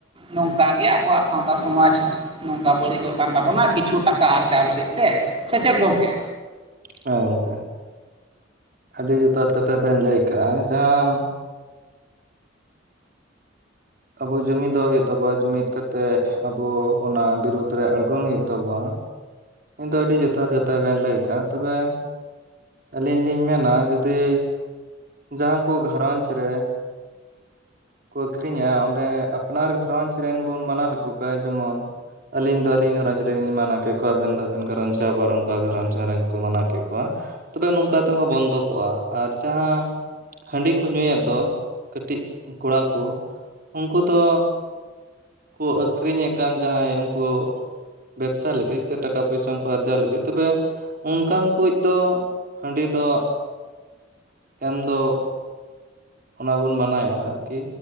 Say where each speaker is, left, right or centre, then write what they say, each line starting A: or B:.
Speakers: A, on the right (about 30°); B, on the right (about 50°).
A: ᱱᱚᱝᱠᱟ ᱜᱮ ᱟᱵᱚᱣᱟᱜ ᱥᱟᱶᱛᱟ ᱥᱚᱢᱟᱡᱽ᱾ ᱱᱚᱝᱠᱟ ᱵᱟᱹᱲᱤᱡᱚᱜ ᱠᱟᱱ ᱛᱟᱵᱚᱱᱟ ᱠᱤᱪᱷᱩ ᱴᱟᱠᱟ ᱟᱨᱡᱟᱣ ᱞᱟᱹᱜᱤᱫ ᱛᱮ ᱥᱮᱪᱮᱫ ᱜᱚᱝᱠᱮ?
B: ᱦᱮᱸ ᱜᱚᱝᱠᱮ ᱟᱹᱰᱤ ᱡᱚᱛᱷᱟᱛ ᱠᱟᱛᱷᱟ ᱵᱮᱱ ᱞᱟᱹᱭ ᱠᱟᱜᱼᱟ ᱡᱟᱦᱟᱸ ᱟᱵᱩ ᱡᱩᱢᱤᱫᱚᱜ ᱦᱩᱭᱩᱜ ᱛᱟᱵᱚᱱᱟ ᱡᱩᱢᱤᱫ ᱠᱟᱛᱮᱜ ᱟᱵᱩ ᱚᱱᱟ ᱵᱤᱨᱩᱫᱽ ᱨᱮ ᱟᱬᱜᱳ ᱦᱩᱭᱩᱜ ᱛᱟᱵᱚᱱᱟ᱾ ᱤᱧ ᱫᱚ ᱟᱹᱰᱤ ᱡᱚᱛᱷᱟᱛ ᱠᱟᱛᱷᱟ ᱵᱮᱱ ᱞᱟᱹᱭ ᱠᱟᱜᱼᱟ ᱛᱚᱵᱮ ᱟᱹᱞᱤᱧ ᱞᱤᱧ ᱢᱮᱱᱟ ᱡᱩᱫᱤ ᱡᱟᱦᱟᱸ ᱠᱚ ᱜᱷᱟᱨᱚᱸᱡᱽ ᱨᱮ ᱠᱚ ᱟᱹᱠᱷᱨᱤᱧᱮᱜᱼᱟ ᱚᱸᱰᱮ ᱟᱯᱱᱟᱨ ᱜᱷᱟᱨᱚᱸᱧᱡᱽ ᱨᱮᱱ ᱵᱚᱱ ᱢᱟᱱᱟᱣ ᱞᱮᱠᱚ ᱠᱷᱣᱟ ᱡᱮᱢᱚᱱ ᱟᱹᱞᱤᱧ ᱫᱚ ᱟᱹᱞᱤᱧ ᱜᱷᱟᱨᱚᱸᱡᱽ ᱨᱮᱞᱤᱧ ᱢᱟᱱᱟᱣ ᱠᱮᱫ ᱠᱚᱣᱟ ᱟᱵᱮᱱ ᱫᱚ ᱟᱵᱮᱱ ᱜᱷᱟᱨᱚᱸᱧᱡᱽ ᱨᱮ ᱟᱵᱟᱨ ᱚᱱᱠᱟ ᱜᱷᱟᱨᱚᱸᱡᱽ ᱜᱷᱟᱨᱚᱸᱡᱽ ᱡᱚ ᱢᱟᱱᱟ ᱠᱮᱫ ᱠᱚᱣᱟ᱾ ᱛᱚᱵᱮ ᱱᱚᱝᱠᱟ ᱛᱮᱦᱚᱸ ᱵᱚᱱᱫᱚ ᱠᱚᱜᱼᱟ ᱟᱨ ᱡᱟᱦᱟᱸ ᱦᱟᱺᱰᱤ ᱠᱚ ᱧᱩᱭᱮᱜ ᱫᱚ ᱠᱟᱹᱴᱤᱡ ᱠᱚᱲᱟ ᱠᱚ᱾ ᱩᱱᱠᱩ ᱫᱚ ᱠᱚ ᱟᱹᱠᱷᱨᱤᱧᱮ ᱠᱟᱱ ᱡᱟᱦᱟᱸᱭ ᱩᱱᱠᱩ ᱵᱮᱵᱥᱟ ᱞᱟᱹᱜᱤᱫ ᱥᱮ ᱴᱟᱠᱟ ᱯᱚᱭᱥᱟ ᱠᱚ ᱟᱨᱡᱟᱣ ᱞᱟᱹᱜᱤᱫ ᱛᱚᱵᱮ ᱚᱱᱠᱟᱱ ᱠᱩ ᱫᱚ ᱦᱟᱺᱰᱤ ᱫᱚ ᱮᱱ ᱫᱚ ᱚᱱᱟ ᱵᱚᱱ ᱢᱟᱱᱟᱭᱟ ᱟᱨᱠᱤ